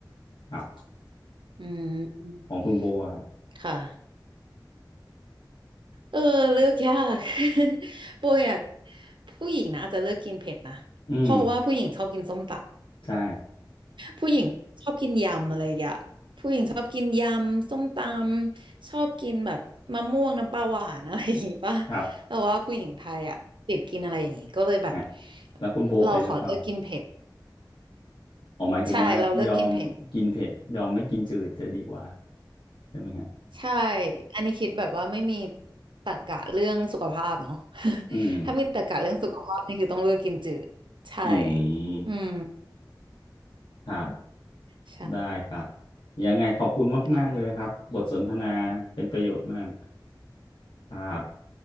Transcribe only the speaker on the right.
อืม
ค่ะเออเลือกยาก <laughs> โบอยากผู้หญิงนะอาจจะเลือกกินเผ็ดนะเพราะว่าผู้หญิงชอบกินส้มตำ
ผู้หญิงชอบกินยำอะไรอย่างเงี้ยผู้หญิงชอบกินยำส้มตำชอบกินแบบมะม่วงน้ำปลาหวานอะไรอย่างงี้ป่ะ
แต่ว่าผู้หญิงไทยอ่ะติดกินอะไรอย่างงี้ก็เลยแบบ
เราขอเลือกกินเผ็ด
ใช่เราเลือกกินเผ็ด
ใช่ อันนี้คิดแบบว่าไม่มีตรรกะเรื่องสุขภาพเนาะ
<laughs> ถ้ามีตรรกะเรื่องสุขภาพนี่คือต้องเลือกกินจืดใช่
อืม
ใช
่